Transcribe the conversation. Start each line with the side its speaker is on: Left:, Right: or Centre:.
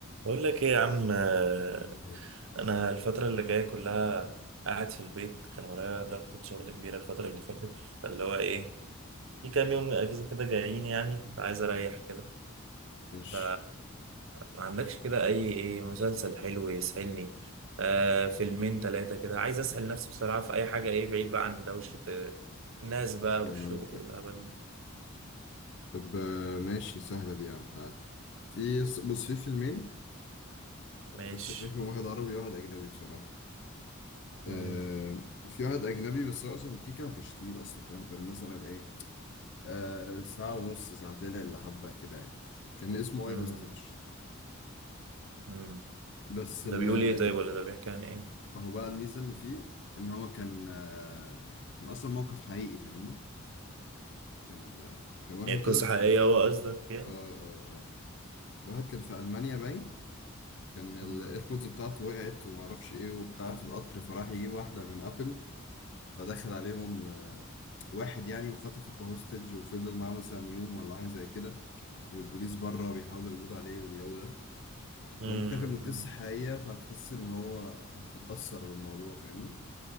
Right: بقول لك ايه يا عم آه،
Left: طيب،
Right: انا الفتره اللي جايه كلها قاعد في البيت كان ورايا ضغطة شغل كبيره الفتره اللي فاتت فاللي هو ايه في كام يوم اجازه كده جايين يعني فعايز اريح كده
Left: ماشي
Right: ف ما عندكش كده اي ايه مسلسل حلو يسحلني آه فيلمين ثلاثه كده عايز اسحل نفسي بصراحه في اي حاجه ايه بعيد بقى عن دوشه آه، الناس بقى
Left: فهمتك
Right: والشغل والهبل ده.
Left: طب آه، ماشي سهلة دي يا عم تعال في بص في فيلمين
Right: ماشي
Left: لسه شايفهم واحد عربي وواحد أجنبي بصراحة
Right: مم.
Left: آه في واحد أجنبي بس هو أصلا كيكة ما كانش طويل أصلا فاهم كان مثلا إيه آه ساعة ونص ساعتين إلا حبة كده يعني كان اسمه
Right: مم.
Left: أي هوستج
Right: مم.
Left: بس
Right: ده
Left: ال
Right: بيقول
Left: ال-
Right: ايه طيب ولا ده بيحكي عن ايه
Left: هو بقى الميزة اللي فيه إن هو كان آه كان أصلا موقف حقيقي فاهمني كان آه كان واحد
Right: يعني
Left: كده
Right: قصه
Left: في
Right: حقيقيه
Left: آه
Right: هو قصدك يعني
Left: آه آه واحد كان في ألمانيا باين كان الايربودز
Right: مم.
Left: بتاعته وقعت ومعرفش ايه وبتاع في القطر فراح يجيب واحدة من ابل فدخل عليهم آه، واحد يعني وخطفه كهوستج وفضل معاه مثلا يوم ولا حاجة زي كده والبوليس بره بيحاولوا يقبضوا عليه والجو ده
Right: مم.
Left: فهو متاخد من قصة حقيقية فهتحس ان هو هتتأثر بالموضوع فاهمني